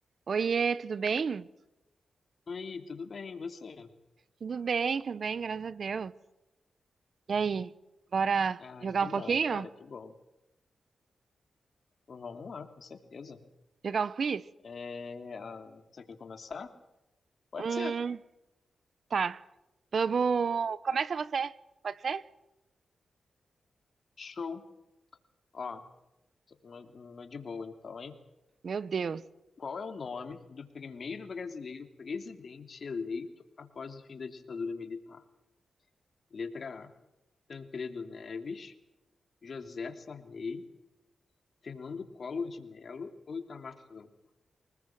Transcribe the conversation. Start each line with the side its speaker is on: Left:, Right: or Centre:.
Right: Oiê, tudo bem?
Left: Oi, tudo bem, e você?
Right: Tudo bem também, graças a Deus. E aí, bora
Left: Ah,
Right: jogar
Left: que
Right: um
Left: bom,
Right: pouquinho?
Left: cara, que bom. Vamos lá, com certeza.
Right: Jogar um quiz?
Left: É, ah, você quer começar? Pode
Right: Hum,
Left: ser.
Right: tá. Vamos. Começa você, pode ser?
Left: Show. Ó, uma, uma de boa, então, hein?
Right: Meu Deus.
Left: Qual é o nome do primeiro brasileiro presidente eleito após o fim da ditadura militar? Letra A, Tancredo Neves, José Sarney, Fernando Collor de Mello ou Itamar Franco?